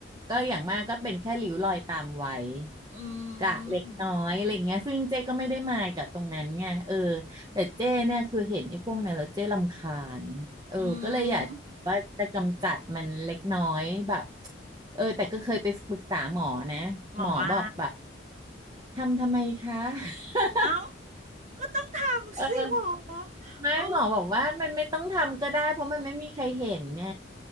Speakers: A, on the right; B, on the right.
A: ก็อย่างมากก็เป็นแค่ริ้วรอยตามไว้
B: อื
A: กะเล็กน้อยอะไรอย่างเงี้ยซึ่งเจ้ก็ไม่ได้มายกับตรงนั้นไงเออ
B: ม
A: แต่เจ้เนี่ยคือเห็นไอ้พวกนั้นแล้วเจ้รำคาญเออก็เลยอยาก
B: อืม
A: ว่าจะกำจัดมันเล็กน้อยแบบเออแต่ก็เคยไปปรึกษาหมอนะหมอบอกแบบ
B: หมอว่า
A: ทำทำไมคะ <laughs>
B: เอ้าก็ต้องทำสิหมอ
A: เออไม่หมอบอกว่ามันไม่ต้องทำก็ได้เพราะมันไม่มีใครเห็นไง
B: โอ้